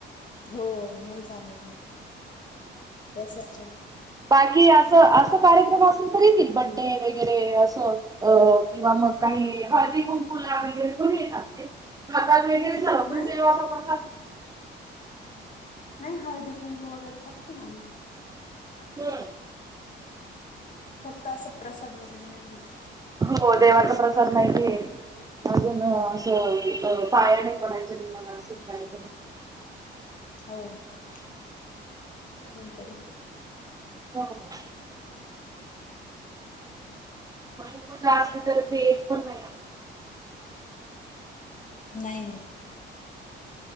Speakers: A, on the left; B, on the right.
A: हो नाही चालत ना प्रसाद
B: बाकी असं असं कार्यक्रम असेल तरी बड्डे वगैरे असं अ किंवा मग काही हळदी कुंकू ला वगैरे पण येतात ते खात वगरे पण
A: नाही
B: तेव्हा कस
A: नाही हळदी कुंकू वगैरे करतो ना आम्ही
B: हम्म.
A: फक्त असा प्रसाद वगैरे नाही घेत.
B: हो देवाचा प्रसाद नाहीये अजून. होय
A: हो
B: अ पायाने पणायच्या निवाला असून काय.
A: हो ते नाही करत.
B: ह ह. म्हणजे तू जास् तर भेत पण नाहीय.
A: नाही नाही.